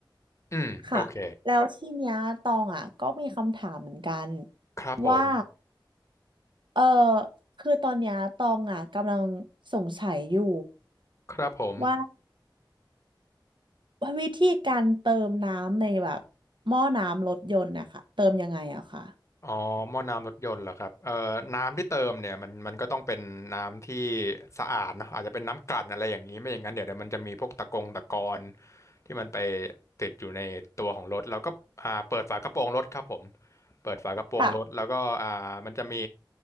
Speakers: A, on the left; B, on the right.
A: อืม
B: ค่ะแล้วที่เนี้ยตองอ่ะก็มีคำถามเหมือนกัน
A: โอเค ครับผม
B: ว่าเออคือตอนเนี้ยตองอ่ะกำลังสงสัยอยู่
A: ครับผม
B: ว่า ว่าวิธีการเติมน้ำในแบบหม้อน้ำรถยนต์นะคะเติมยังไงอะคะ
A: อ๋อหม้อน้ำรถยนต์เหรอครับเอ่อน้ำที่เติมเนี่ยมันมันก็ต้องเป็นน้ำที่สะอาดเนอะอาจจะเป็นน้ำกลั่นอะไรอย่างนี้ไม่อย่างนั้นเดี๋ยวเดี๋ยวมันจะมีพวกตะกงตะกอนที่มันไปติดอยู่ในตัวของรถแล้วก็อ่าเปิดฝากระโปรงรถครับผมเปิดฝากระโปรงรถแล้วก็อ่ามันจะมี
B: ค่ะ